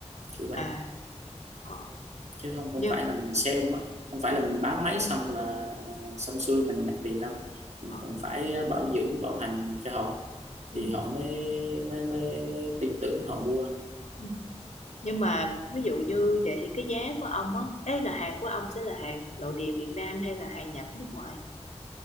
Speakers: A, on the right; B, on the left.
A: kiểu vậy
B: à ờ
A: chứ không không
B: nhưng
A: phải là mình sale mà không phải là mình bán máy xong là ờ, xong xuôi mình nhận tiền đâu mình
B: ờ
A: cũng phải ờ, bảo dưỡng bảo hành cho họ
B: ừ.
A: thì họ mới mới mới tin tưởng họ mua
B: Ừ. nhưng mà ví dụ như vậy thì cái giá của ông á ấy là hàng của ông sẽ là hàng nội địa Việt Nam hay là hàng nhập nước ngoài